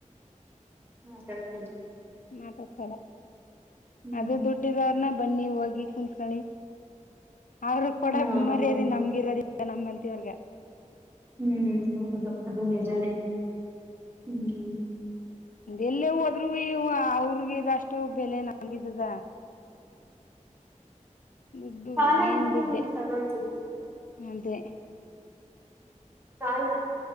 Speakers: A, on the right; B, on the left.
A: ಹ <unintelligible>
B: ಮಾತಾಡ್ಸಲ
A: ಹ್ಮ್
B: ಅದೆ ದುಡ್ಡಿರೊರ್ನ ಬನ್ನಿ ಹೋಗಿ ಕುಂತ್ಕಳಿ ಅವ್ರಗ್ ಕೂಡ
A: ಹಾ
B: ಮರ್ಯಾದೆ
A: ಹೌದು
B: ನಮ್ಗಿರೋದಿ ತೆ ನಮ್ಮಂತೆವ್ರಿಗೆ.
A: ಹ್ಮ್ ಹ್ಮ <unintelligible> ಅದು ನಿಜನೆ ಹ್ಮ್.
B: ಎಲ್ಲೆ ಹೋದ್ರೂವೆ ಇವು ಅವ್ರಗಿರಷ್ಟು ಬೆಲೆ ನಂಗಿದ್ದುದ. ದುಡ್ಡು
A: ಕಾಲ
B: ಮೇನ್
A: ಹಿಂಗೆ
B: ದುಡ್ಡೆ
A: ಇರಲ್ಲ ತಗೊಂಳ್ರಿ.
B: ಅದೇ.
A: ಕಾಲ